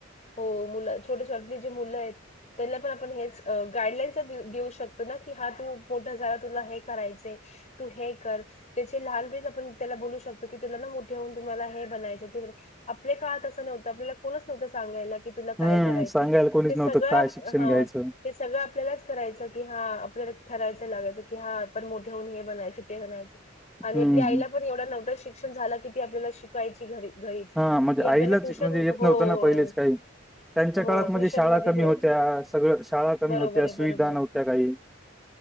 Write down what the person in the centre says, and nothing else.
हम्म
सांगायला
कोणीच
नव्हतं काय शिक्षण
घ्यायचं
हम्म
हा म्हणजे
आईलाच
म्हणजे येत
नव्हतं ना पहिलेच काही त्यांच्या
काळात
म्हणजे शाळा
कमी
होत्या सगळं शाळा कमी
होत्या
सुविधा
नव्हत्या काही.